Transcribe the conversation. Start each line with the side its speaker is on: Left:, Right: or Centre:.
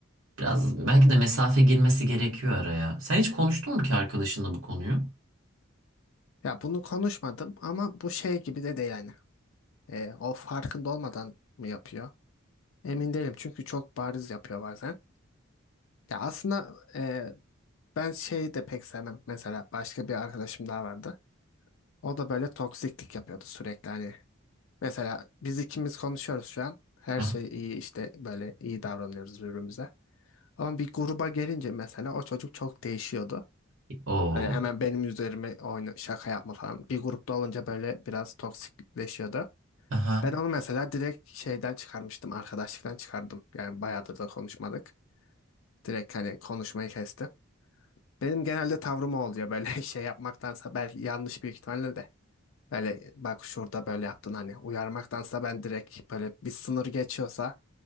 Right: biraz belki de mesafe girmesi gerekiyor araya. Sen hiç konuştun mu ki arkadaşınla bu konuyu?
Left: Ya bunu konuşmadım ama bu şey gibi de değil yani. E, o farkında olmadan mı yapıyor? Emin değilim çünkü çok bariz yapıyor bazen. Ya aslında e, ben şeyi de pek sevmem. Mesela başka bir arkadaşım daha vardı. O da böyle toksiklik yapıyordu sürekli hani. Mesela biz ikimiz konuşuyoruz şu an. Her
Right: Aha.
Left: şey iyi işte böyle iyi davranıyoruz birbirimize. Ama bir gruba gelince mesela o çocuk çok değişiyordu.
Right: Oo.
Left: Böyle hemen benim üzerime oyna, şaka yapma falan. Bir grupta olunca böyle biraz toksikleşiyordu.
Right: Aha.
Left: Ben onu mesela direkt şeyden çıkarmıştım, arkadaşlıktan çıkardım. Yani bayağıdır da konuşmadık. Direkt hani konuşmayı kestim. Benim genelde tavrım o oluyor böyle <laughs> şey yapmaktansa belki yanlış büyük ihtimalle de. Böyle bak şurada böyle yaptın hani uyarmaktansa ben direkt böyle bir sınır geçiyorsa